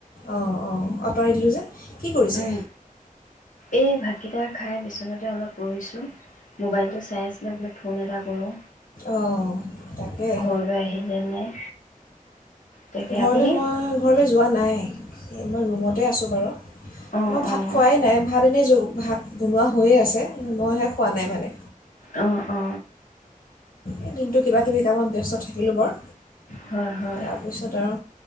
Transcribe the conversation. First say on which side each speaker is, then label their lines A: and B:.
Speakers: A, on the left; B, on the left.
A: অঁ অঁ আঁতৰাই দিলোঁ যে কি কৰিছে
B: উম, এই ভাতকেইটা খাই বিচনাতে অলপ পৰিছোঁ মোবাইলটো চাই আছিলে বোলো ফোন এটা কৰোঁ
A: অঁ তাকেই
B: ঘৰলৈ আহিলে নাই তাকে
A: ঘৰলে
B: আপুনি
A: মই যোৱা নাই মই ৰুমতে আছোঁ বাৰু
B: অঁ
A: মই ভাত
B: অঁ
A: খোৱাই নাই ভাত এনেই জ ভাত বনোৱা হৈয়ে আছে মইহে খোৱা নাই মানে
B: অ অ
A: এই দিনটো কিবা কিবি কামত ব্যস্ত থাকিলোঁ বাৰু
B: হয় হয়
A: তাৰপিছত আৰু